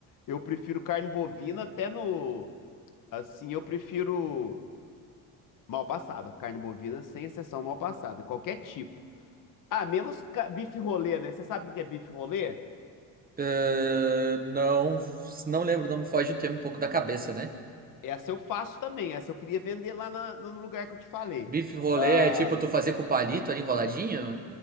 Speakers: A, on the left (about 55°); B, on the right (about 20°).
A: Eu prefiro carne bovina até no. Assim, eu prefiro mal passada. Carne bovina, sem exceção, mal passada. Qualquer tipo. Ah, menos ca- bife rolê, né? Você sabe o que que é bife rolê?
B: Ah, não, não lembro, não me foge o termo um pouco da cabeça, né?
A: Essa eu faço também. Essa eu queria vender lá na- no lugar que eu te falei.
B: Bife rolê
A: Ah,
B: é tipo tu fazer com o palito ali enroladinho?